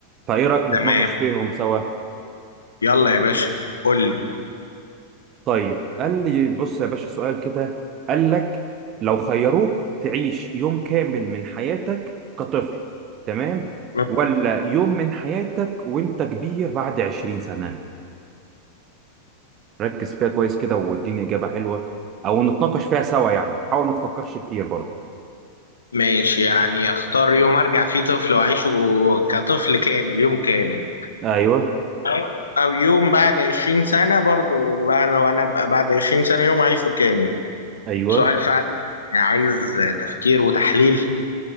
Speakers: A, on the right; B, on the left.
A: فايه رايك نتناقش
B: تمام
A: فيهم سوا
B: يلا يا باشا قول لي
A: طيب قال لي بص يا باشا سؤال كده قال لك لو خيروك تعيش يوم كامل من حياتك كطفل تمام
B: مم.
A: ولا يوم من حياتك وانت كبير بعد 20 سنه ركز فيها كويس كده واديني إجابة حلوة أو نتناقش فيها سوا يعني حاول ما تفكرش كتير برضه
B: ماشي يعني اختار يوم ارجع فيه طفل واعيشه كطفل كامل يوم كامل
A: أيوه
B: أو- او يوم بعد 20 سنة برضو بعد وانا ابقى بعد 20 سنة يوم اعيشه كامل
A: أيوه
B: سؤال فعلا يعني عايز تفكير وتحليل